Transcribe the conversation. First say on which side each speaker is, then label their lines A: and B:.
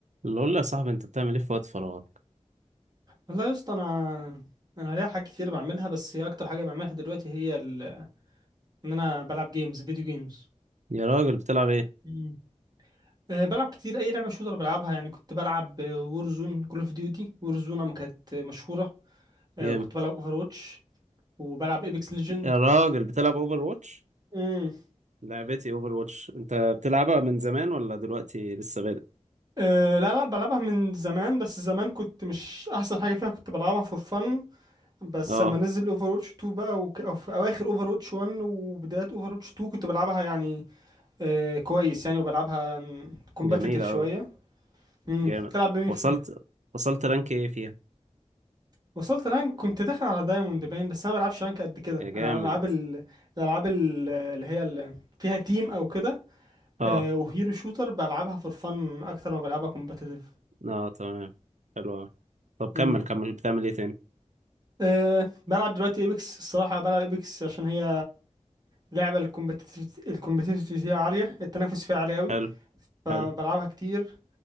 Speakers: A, on the right (about 75°); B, on the right (about 35°).
A: اللي اقول له يا صاحبي انت بتعمل ايه في وقت فراغك
B: والله يا اسطى انا انا ليا حاجات كتير بعملها بس هي اكتر حاجه بعملها دلوقتي هي ال... ان انا بلعب جيمز فيديو جيمز
A: يا راجل بتلعب ايه
B: مم. أه بلعب كتير اي لعبه شوتر بلعبها يعني كنت بلعب وورزون كول اوف ديوتي وورزون ما كانت مشهوره أه
A: جامد
B: كنت بلعب اوفر واتش وبلعب ايبكس ليجند
A: يا راجل بتلعب اوفر واتش
B: امم
A: لعبتي اوفر واتش انت بتلعبها من زمان ولا دلوقتي لسه بادئ
B: أه لا لا بلعبها من زمان بس زمان كنت مش احسن حاجه فيها كنت بلعبها فور فن بس
A: اه
B: لما نزل اوفر واتش 2 بقى وك... او في اواخر اوفر واتش 1 وبدايات اوفر واتش 2 كنت بلعبها يعني آه كويس يعني وبلعبها كومباتيتيف
A: جميلة
B: شويه
A: اوي
B: امم
A: جامد
B: تلعب بمين
A: وصلت
B: فيها
A: وصلت رانك ايه فيها
B: وصلت رانك كنت داخل على دايموند باين بس انا ما بلعبش رانك قد كده
A: يا جامد
B: انا العاب ال- الالعاب ال- اللي هي اللي فيها تيم او كده
A: اه
B: آه وهيرو شوتر بلعبها فور فن اكتر ما بلعبها كومباتيتيف
A: اه تمام حلو اوي طب كمل
B: امم
A: كمل بتعمل ايه تاني
B: آه بلعب دلوقتي ايبكس الصراحه بلعب ايبكس عشان هي لعبه الكومبتيتيف الكومبتيتيف فيها عاليه التنافس فيها عالي قوي
A: حلو
B: آه،
A: حلو
B: بلعبها كتير